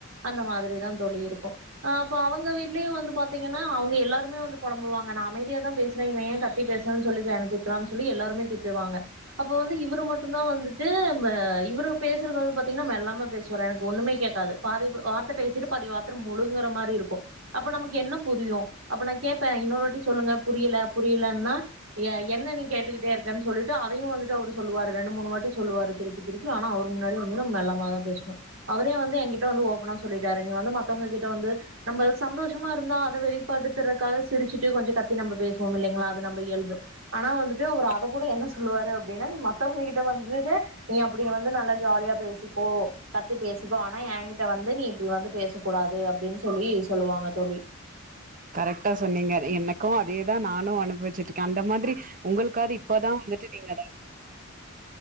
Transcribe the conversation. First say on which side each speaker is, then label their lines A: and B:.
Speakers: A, on the right; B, on the right.
A: அந்த மாரிதா தோளி இருக்கு ஆ அப்ப அவங்க வீட்லயு வந்து பாத்தீங்கனா அவங்க எல்லாருமே வந்து பொலம்பு வாங்க நா அமைதிய தா பேசுறே இவ ஏ கத்தி பேசற சொல்லி என்ன திட்டுறான்னு சொல்லி எல்லாருமே திட்டுவாங்க அப்ப வந்து இவுரு மட்டுந்தா வந்துட்டு ம இவுரு பேசுறது வந்து பாத்திங்கனா மெல்லமா பேசு வேர எனக்கு ஒண்ணமே கேக்காது பாதி வார்த்த பேசிட்டு பாதி வார்த்த மு முழுங்குற மாரி இருக்கு அப்ப நமக்கு என்ன புரியு அப்ப நா கேப்பே இன்னொருவாட்டி சொல்லுங்க புரியல பு ரியலன்னா எ என்ன நீ கேட்டுகிட்டே இருக்கன்னு சொல்லிட்டு அதையு வந்துட்டு அவரு சொல்லுவாரு ரெண்டு மூணு வாட்டி சொல்லுவாரு திருப்பி திருப்பி ஆனா அவரு முன்னாடி வந்து நா மெல்லமா தா பேசுனு அவரே வந்து என்கிட்ட ஓப்பனா சொல்லிட்டாரு நீ வந்து மத் மத்தவங்க கிட்ட வந்து நம்ப சந்தோஷமா இருந்தா அத வெளிப்படுத்துறக்காக சிரிச்சுட்டு கொஞ்சோ கத்தி நம்ப பேசுவோம் இல்லைங்களா அத நம் இயல்பு ஆனா வந்துட்டு அவர் அத கூட என்ன சொல்லுவாரு அப்டினா நீ மத்தவங்க கிட் கிட்ட வந்துட்டு நீ அப்டி வந்து நல்லா ஜாலியா பேசிக்கோ கத்தி பேசிக்கோ ஆனா என்கிட்ட வந்து நீ இப்டி வந்து பேச கூடாது அப்பிடினு சொல்லி சொல்லுவாங்க தோளி
B: கரெக்டா சொன்னீங்க எனக்கு அதேதா நானு அனுபவிச்சுட்டுக் அந்த மாதிரி உங்களுக்காவது இப்பதா வந்துட்டு நீங்க